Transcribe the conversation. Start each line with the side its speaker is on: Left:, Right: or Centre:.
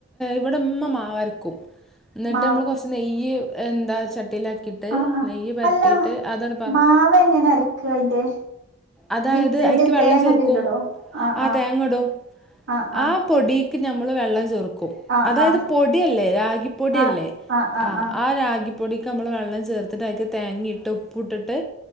Centre: ഇവിടെമ്മ മാവരക്കും ഇന്നിട്ട്
Right: മാവ്
Centre: നമ്മള് കുറച്ച് നെയ്യ് എന്ത ച ട്ടിയിലാക്കിയിട്ട്
Right: ആഹ് ആഹ്
Centre: നെയ്യ് പരത്തിയിട്ട്
Right: അല്ല
Centre: അതാണ് പറ
Right: മാവ് എങ്ങനെ അരക്ക അയിന്റെ
Centre: അതായത്
Right: മിക്സി എന്തെലും
Centre: ഐക്ക് വെള്ളം
Right: തേങ്ങ
Centre: ചേർക്കും
Right: എന്തെങ്കിലും ഇടോ ആഹ്
Centre: ആ തേങ്ങ ഇടും
Right: ആഹ് ആഹ്
Centre: ആ പൊടി ക്ക് നമ്മള് വെള്ളം ചേർക്കും
Right: ആഹ്
Centre: അതായത്
Right: ആഹ്
Centre: പൊടിയല്ലേ രാഗി പൊടിയല്ലേ
Right: ആഹ് ആഹ് ആഹ് ആഹ്
Centre: ആ
Right: ആഹ്
Centre: ആ രാഗി പൊടിക്ക് നമ്മൾ വെള്ളം ചേർത്തിട്ട് അയിക്ക് തേങ്ങയിട്ട് ഉപ്പുട്ടിട്ട്